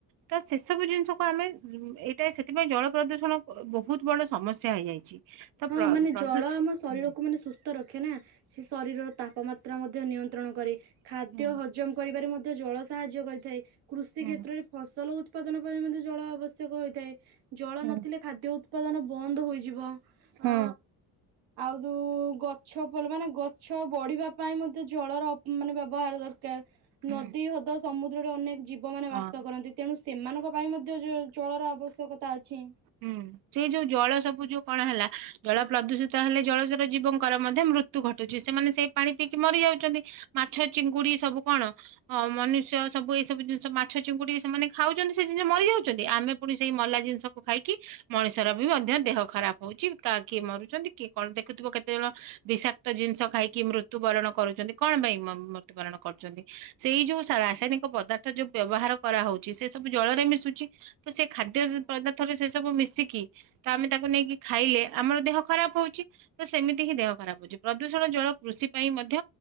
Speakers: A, on the right; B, on the right.
A: ତ ସେସବୁ ଜିନିଷକୁ ଆମେ ଉଁ ଏଇଟା ସେଥିପାଇଁ ଜଳ ପ୍ରଦୂଷଣ ଅ ବହୁତ ବଡ ସମସ୍ୟା ହେଇଯାଇଛି। ତ
B: ହଁ
A: ପ୍ର
B: ମାନେ
A: ପ୍ରଦୂଷ
B: ଜଳ ଆମ ଶରୀରକୁ
A: ହୁଁ
B: ମାନେ ସୁସ ତ ରଖେ ନା ସେ ଶରୀରର ତାପମାତ୍ରା ମଧ୍ୟ ନିୟନ୍ତ୍ରଣ କରେ। ଖାଦ୍ୟ
A: ହୁଁ
B: ହଜମ କରିବାରେ ମଧ୍ୟ ଜଳ ସାହାଯ୍ୟ କରିଥାଏ। କୃଷି
A: ହୁଁ।
B: କ୍ଷେତ୍ରରେ ଫସଲ ଉତ୍ ଉତ୍ପାଦନ ପାଇଁ ମଧ୍ୟ ଜଳ ଆବଶ୍ୟକ ହୋଇଥାଏ। ଜଳ
A: ହୁଁ
B: ନଥିଲେ ଖାଦ୍ୟ ଉତ୍ପାଦନ ବନ୍ଦ ହୋଇଯିବ।
A: ହୁଁ।
B: ଅ ଆଉ ଯୋଉ ଗଛ ଭଲ ମାନେ ଗଛ ବଢିବା ପାଇଁ ମ ତ ଜଳର ଅ ମାନେ ବ୍ୟବହାର ଦରକାର
A: ହୁଁ
B: ନଦୀ, ହ୍ରଦ, ସମୁଦ୍ରରେ ଅନେକ ଜୀବମାନେ
A: ହଁ
B: ବାସ କରନ୍ତି ତେଣୁ ସେମାନଙ୍କ ପାଇଁ ମଧ୍ୟ ଜ-ଜଳର ଆବଶ୍ୟକତା ଅଛି।
A: ହୁଁ। ସେଇ ଯୋଉ ଜଳ ସବୁ ଯୋଉ କଣ ହେଲା? ଜଳ ପ୍ରଦୂଷିତ ହେଲେ ଜଳଚର ଜୀବଙ୍କର ମଧ୍ୟ ମୃତ୍ୟୁ ଘଟୁଛି। ସେମାନେ ସେଇ ପାଣି ପିଇକି ମରିଯାଉଛନ୍ତି। ମାଛ, ଚିଙ୍ଗୁଡି ସବୁ କଣ? ହଁ ମନୁଷ୍ୟ ସବୁ ଏଇ ସବୁ ଜିନିଷ ମାଛ, ଚିଙ୍ଗୁଡି ସେମାନେ ଖାଉଛନ୍ତି ସେ ଜିନିଷ ମରିଯାଉଛନ୍ତି ଆମେ ପୁଣି ସେଇ ମଲା ଜିନିଷ। କୁ ଖାଇକି ମଣିଷର ବି ମଧ୍ୟ ଦେହ ଖରାପ ହଉଛି। କା କିଏ ମରୁଛନ୍ତି କିଏ କଣ ଦେଖୁଥିବ କେତେଜଣ? ବିଷାକ୍ତ ଜିନିଷ ଖାଇକି ମୃତ୍ୟୁ ବରଣ କରୁଛନ୍ତି। କଣ ପାଇଁ ମ-ମୃତ୍ୟୁବରଣ କରୁଛନ୍ତି? ସେଇ ଯୋଉ ସା ରାସାୟନିକ ପଦାର୍ଥ ଯୋଉ ବ୍ୟବହାର କରାହଉଛି ସେ ସବୁ ଜଳରେ ମିଶୁଛି। ତ ସେ ଖାଦ୍ୟ
B: ଆଜ୍ଞା
A: ଯ ପଦା ସବୁ ମିଶିକି ତ ଆମେ ତାକୁ ନେଇକି ଖାଇଲେ ଆମର ଦେହ ଖରାପ ହଉଛି। ତ ସେମିତି ହିଁ ଦେହ ଖରାପ ହଉଛି ପ୍ରଦୂଷଣ ଜଳ କୃଷି ପାଇଁ ମଧ୍ୟ